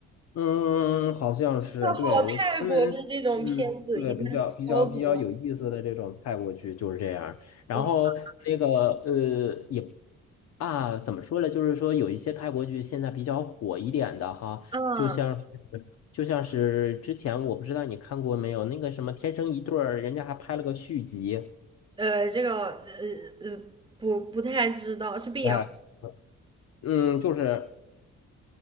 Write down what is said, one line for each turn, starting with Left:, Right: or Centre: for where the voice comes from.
Left: 嗯，好像是，
Right: 那好，
Left: 对，
Right: 泰国就是这种片子以前超多。
Left: 他们，嗯，对，比较比较比较有意思的这种泰国剧就是这样。然后那个呃，
Right: 我
Left: 也啊，怎么说呢？就是说有一些泰国剧现在比较火一点的哈，
Right: 嗯
Left: 就像是就像是之前我不知道你看过没有，那个什么《天生一对儿》，人家还拍了个续集。
Right: 呃，这个呃呃不不太知道是 BL。
Left: 哎，嗯，就是